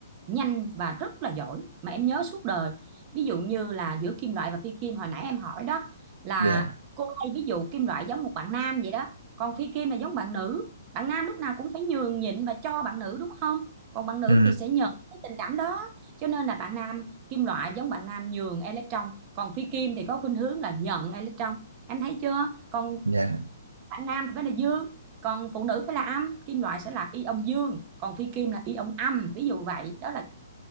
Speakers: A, on the right; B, on the right.
A: nhanh và rất là giỏi mà em nhớ suốt đời. Ví dụ như là giữa kim loại và phi kim hồi nãy em hỏi đó là
B: dạ
A: cô hay ví dụ kim loại giống một bạn nam vậy đó, còn phi kim là giống bạn nữ. Bạn nam lúc nào cũng phải nhường nhịn và cho bạn nữ đúng không? Còn bạn nữ
B: ừ
A: thì sẽ nhận cái tình cảm đó. Cho nên là bạn nam kim loại giống bạn nam nhường electron, còn phi kim thì có khuynh hướng là nhận electron. Em thấy chưa? Còn
B: dạ
A: bạn nam thì phải là dương còn phụ nữ phải là âm kim loại sẽ là ion dương còn phi kim là ion âm ví dụ vậy đó là